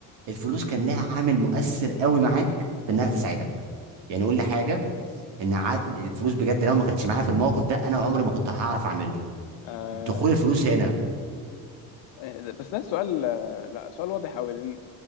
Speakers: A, on the right (about 75°); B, on the left (about 80°).
A: الفلوس كان لها عامل مؤثر قوي معاك في انها تساعدك يعني قول لي حاجه ان عاد الفلوس بجد لو ما كانتش معايا في الموقف ده انا عمري ما كنت هعرف اعمله
B: آه...
A: دخول الفلوس هنا
B: آه، بس ده سؤال آه، لا سؤال واضح قوي